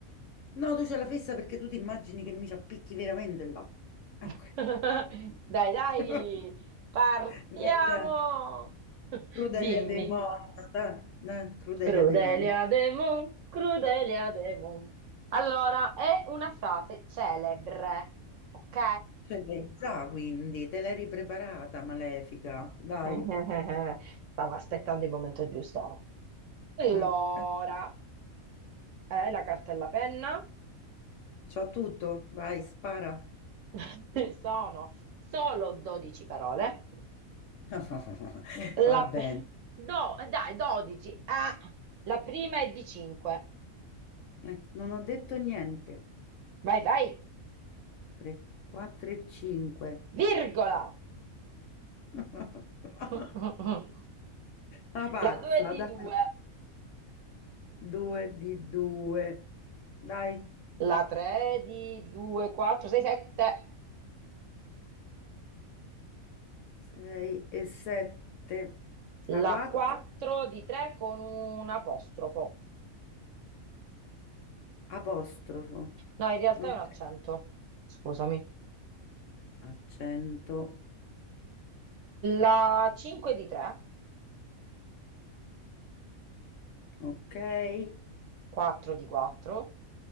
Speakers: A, on the left; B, on the right.
A: No, tu c'è la fissa perché tu ti immagini che mi ci appicchi veramente là. Ecco.
B: <laughs> Dai, dai,
A: <laughs>
B: partiamo.
A: Dai, dai,
B: <laughs>
A: Crudelia
B: Dimmi.
A: De Mon, dai, dai, Crudelia
B: Crudelia
A: De Mon.
B: Demon, Crudelia Demon. Allora, è una frase celebre, ok?
A: Ce l'hai già, quindi, te l'eri preparata, malefica. Dai.
B: <laughs> Stavo aspettando il momento giusto. Allora,
A: Eh, eh.
B: eh, la carta e la penna
A: C'ho tutto, vai, spara.
B: <laughs> sono solo 12 parole.
A: <laughs> Va
B: La
A: bene.
B: pe- do- dai, 12. Ah, la prima è di 5.
A: Ecco, non ho detto niente.
B: Vai, vai,
A: 3, 4 e 5.
B: virgola.
A: <laughs>
B: <laughs>
A: Una pazza,
B: La 2 è di
A: dai.
B: 2.
A: Due di due. Dai,
B: La 3 di 2, 4, 6, 7.
A: sei e sette. La
B: La
A: quattro,
B: 4 di 3 con un apostrofo.
A: apostrofo.
B: No, in realtà
A: Ok,
B: è un accento. Scusami.
A: accento.
B: La 5 di 3,
A: Ok. Eh,
B: 4 di 4.